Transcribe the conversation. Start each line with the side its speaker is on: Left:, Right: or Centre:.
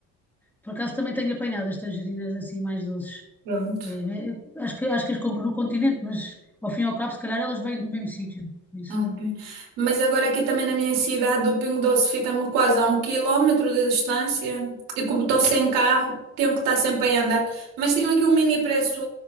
Centre: Por acaso também tenho apanhado as tangerinas assim mais doces.
Right: Pronto.
Centre: É, é, acho que, acho que as compro no continente, mas ao fim e ao cabo, se calhar elas vêm do mesmo sítio. Por isso,
Right: Ok. Mas agora aqui também na minha cidade o Pingo Doce fica-me quase a um quilómetro de distância e como estou sem carro, tenho que estar sempre a andar. Mas tenho aqui um mini preço